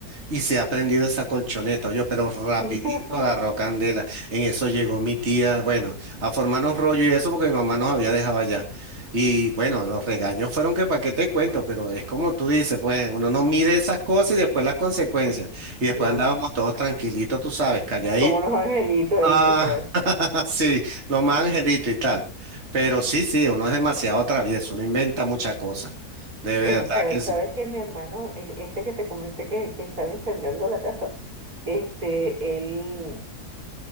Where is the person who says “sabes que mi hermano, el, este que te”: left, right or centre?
Right